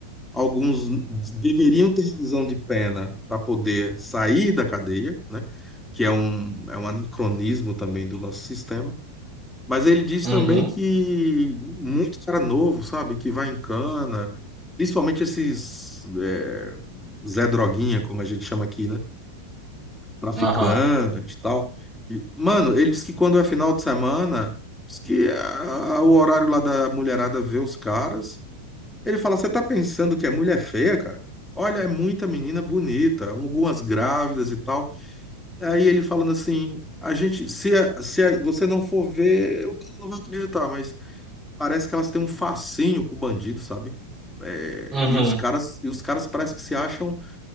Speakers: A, in the centre; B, on the right.
A: alguns deveriam ter revisão de pena para poder sair da cadeia, né? Que é um, é um anacronismo também do nosso sistema mas ele diz
B: Uhum,
A: também que muito cara novo, sabe, que vai em cana, principalmente esses é, Zé Droguinha, como a gente chama aqui, né? Traficante
B: aham,
A: e tal. E, mano, ele diz que quando é final de semana, diz que a- o horário lá da mulherada vê os caras. Ele fala: Você tá pensando que é mulher feia, cara? Olha, é muita menina bonita, algumas grávidas e tal. Aí ele falando assim: A gente, se, a- se a- você não for ver, eu não vou acreditar, mas parece que elas têm um fascínio pro bandido, sabe? É,
B: uhum,
A: e os caras, e os caras parece que se acham.